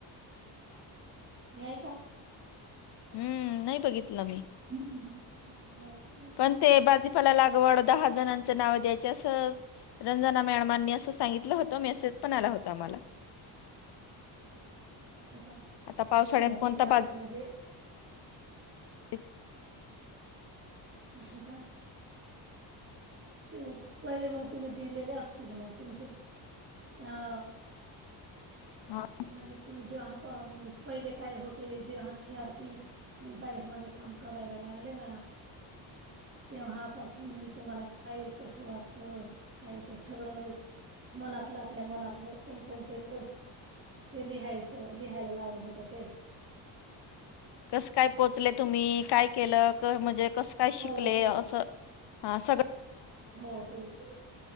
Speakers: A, on the right (about 25°); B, on the left (about 60°).
A: नाही का
B: हम्म नाही बघितलं मी
A: ह
B: पण ते भाजीपाला लागवड दहा जणांचं नाव द्यायचे असं रंजना मॅडमांनी असं सांगितलं होतं मेसेज पण आला होता आम्हाला
A: अस का
B: आता पावसाळ्यात
A: ते नाही
B: कोणता
A: का ते आपले म्हणजे
B: बस
A: अशका ते पहिले मग तुम्ही दिलेले असतील मग तुमचे ह
B: हा.
A: म्हणजे तुम्ही जेव्हा म्हणजे पहिले काय होते जेव्हा सी आर पी म्हणजे बाईफ मध्ये काम करायला लागले ना तेव्हापासून म्हणजे तुम्हाला काय कसं वाटत काय ते सरळ म्हणजे मनातलं आपल्या मनातलं कोणकोणते प्र ते लिहायचं लिहायला लावून होत होते.
B: कसं काय पोचले तुम्ही काय केलं. म्हणजे क काय श
A: हो ते.
B: अस स
A: हो तेच